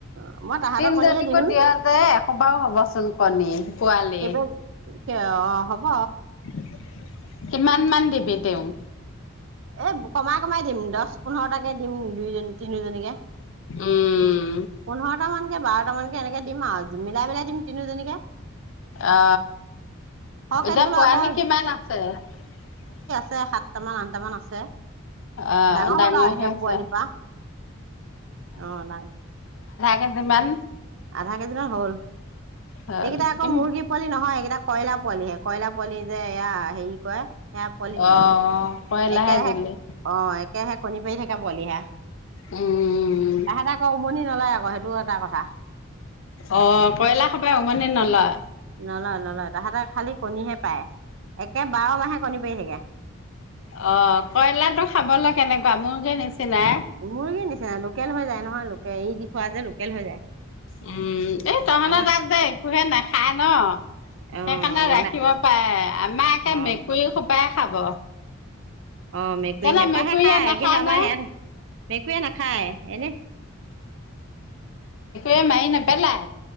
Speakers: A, on the right; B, on the left.
A: অ মই তাহাঁতৰ
B: তিনিজনীকো
A: কণীয়ে দিম
B: দিয়া যে এসোবাৰও হবচোন কণী পোৱালি
A: কেইবা অ হ'ব
B: <unintelligible> কিমান মান দিবি তেওঁ
A: এ কমাই কমাই দিম দহ পোন্ধৰটাকে দিম দুইজনী তিনিওজনীকে
B: উম,
A: পোন্ধৰটা মানকে বাদ তাৰামান কে এনেকে দিম মিলাই মিলাই দিম তিনিজনীকে <unintelligible>
B: অ
A: সৰহ কাটিবলৈ
B: এতিয়া পোৱানি
A: আকৌ
B: কিমান আছে <unintelligible>
A: সাত আঠটামান আনটামান আছে
B: অ'
A: ডাঙৰ হল আৰু এতিয়া
B: হৈ আছে।
A: পোৱালিৰ পৰা অ ন
B: কেইজনমান
A: আধা কেজি মান হল
B: হ'ল।
A: এইকেইটা আকৌ
B: কিম
A: মুৰ্গী পোৱালি নহয় এইকেইটা <unintelligible> কয়লাৰ পোৱালিহে কয়লাৰ পোৱালি যে এয়া হেৰি কয় সেয়া পোৱলি দিলো
B: অ' কয়লাহে
A: একেহে
B: দিলি।
A: অ একেহে কণী পাৰি থাকে পোৱলিহে
B: উম,
A: তাহেতে আকৌ উমনি নলয় আকৌ সেইটো এটা কথা <unintelligible>
B: অ কইলা খবাই উমনি নলাই
A: নলয় নলয় তাহাঁতেৰ খালী কণীহে পায় একে বাৰ মাহে কণী পাৰি থাকে
B: অ কইলাটো খাবলৈ কেনেকুৱা মোৰ যে নিচিনাই
A: উমৰি কি নিচিনা লোকেল হৈ যায় নহয় লোকেল এই দি খোৱা যে লোকেল হৈ যায়
B: উম এই তহত
A: আমাৰ
B: তাত যে একোহে নাখাই ন
A: অ',
B: সেইকাৰণে
A: বনাই
B: ৰাখিব পাৰে আমাৰ একে
A: অ',
B: মেকুৰী খোপাই খাব
A: অ মেকুৰী
B: জানো
A: হেঁপাহে
B: মেকুৰীয়ে
A: খায়
B: নাখায়
A: কিন্তু আমাৰ
B: নে
A: সয়াত মেকুৰীয়ে নাখায় এনে
B: এ মাই নেপেলাই